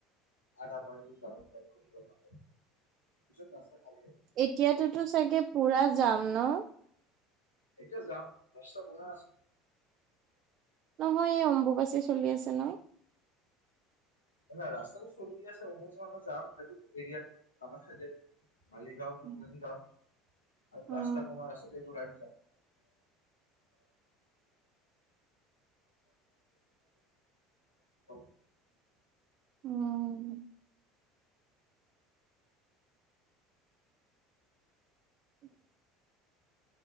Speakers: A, on the left; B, on the right.
A: <unintelligible> <unintelligible> খালী- হয়
B: এতিয়াতোতো চাগে পুৰা যাম ন?
A: এতিয়া যাম ৰাস্তা বনাই আছে।
B: নহয় এই অম্বুবাচী চলি আছে ন।
A: ন ৰাস্তাটো চলি আছে <unintelligible> যাম সেইটো এৰিয়াত কামাখ্যা যায়। মালিগাঁও <unintelligible>
B: উম।
A: গাঁও আৰু
B: উম
A: ৰাস্তা পমাৰ আছতেটো লা- <unintelligible>
B: উম <inaudible>